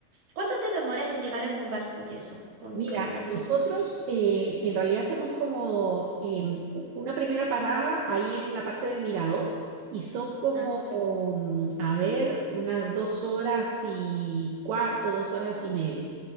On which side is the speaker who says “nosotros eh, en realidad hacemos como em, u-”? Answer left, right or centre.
Right